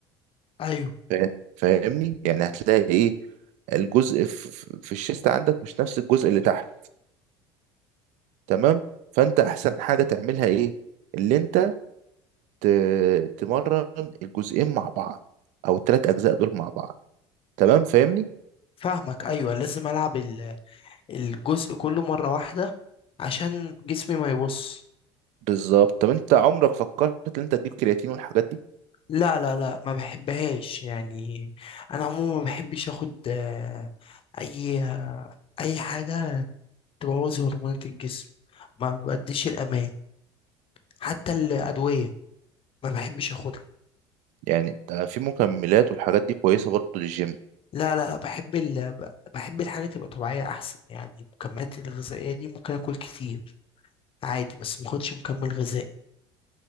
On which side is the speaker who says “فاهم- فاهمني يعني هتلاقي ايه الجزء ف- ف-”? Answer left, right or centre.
Right